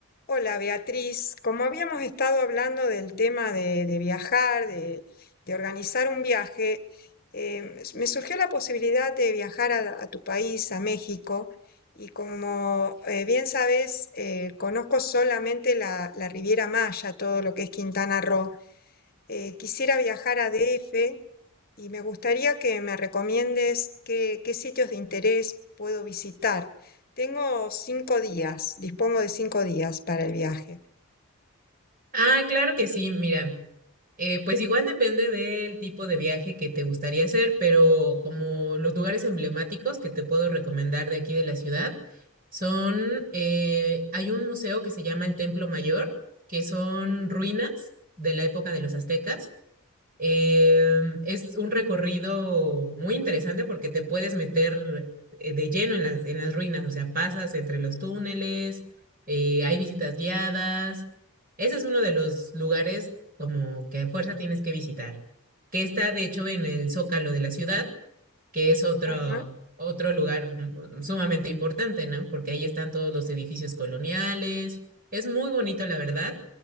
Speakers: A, on the left; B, on the right.
A: Hola Beatriz, como habíamos estado hablando del tema de, de viajar, de, de organizar un viaje, eh, s- me surgió la posibilidad de viajar a, a tu país, a México, y como eh, bien sabes, eh, conozco solamente la, la Riviera Maya, todo lo que es Quintana Roo. Eh, quisiera viajar a DF y me gustaría que me recomiendes qué, qué sitios de interés puedo visitar. Tengo cinco días, dispongo de cinco días para el viaje.
B: Ah, claro que sí, mira, eh, pues igual depende del tipo de viaje que te gustaría hacer, pero como los lugares emblemáticos que te puedo recomendar de aquí de la ciudad son, eh, hay un museo que se llama el Templo Mayor, que son ruinas de la época de los aztecas. Em, es un recorrido muy interesante porque te puedes meter eh, de lleno en las, en las ruinas, o sea, pasas entre los túneles, eh, hay visitas guiadas. Ese es uno de los lugares como que a fuerza tienes que visitar, que está de hecho en el Zócalo de la ciudad, que es otro,
A: Ajá,
B: otro lugar mm, sumamente importante, ¿no? Porque ahí están todos los edificios coloniales. Es muy bonito, la verdad.